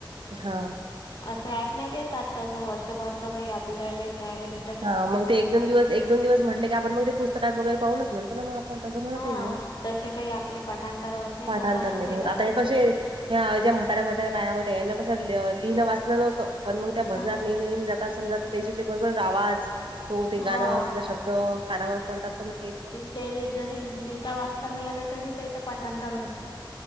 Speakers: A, on the right; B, on the left.
A: हा
B: असे ऐकण्यात येतात तसं वर्षभर तर काही आपल्याला जायला भेट.
A: हा मग ते एक दोन दिवस एक दोन दिवस म्हटले की आपण मग ते पुस्तकात वगैरे पाहूच म्हणत ना मग. पण तसं म्हणत
B: हा
A: आहे
B: तसे काही आपले पाठांतर होत नाही
A: पाठांतर
B: तर नाटो
A: नाही
B: राहत
A: आता हे कसे.
B: त्याचे
A: ह्या ज्या म्हाताऱ्या म्हाताऱ्या बाया होत्या यांना कसं लिहिणंचं वाचन पण मग त्या भजनात
B: हा
A: नेहमी नेहमी जात. समजा त्याचे ते बरोबर आवाज तो ते
B: हा.
A: गाणं समजा शब्द कानावर पडतात तर मग ते.
B: तेले जरी लिहिता वाचताना आला तरी त्याच पाठांतर असत.